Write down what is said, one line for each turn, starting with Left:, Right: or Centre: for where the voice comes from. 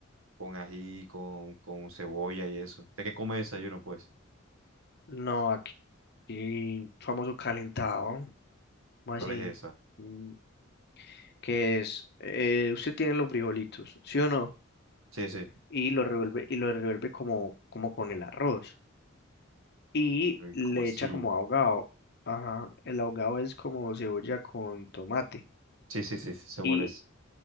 Right: con ají, con, con cebolla y eso. ¿De qué come desayuno, pues?
Left: No, aquí, aquí famoso calentado, más
Right: ¿Cuál
Left: así,
Right: es esa?
Left: mm, que es, eh, usted tiene los frijolitos, ¿sí o no?
Right: Sí, sí.
Left: Y lo revuelve, y lo revuelve como, como con el arroz. y
Right: Uy,
Left: le
Right: ¿Cómo así?
Left: echa como ahogado. Ajá, el ahogado es como cebolla con tomate.
Right: Sí, sí, sí, sí, sé cuál
Left: Y,
Right: es.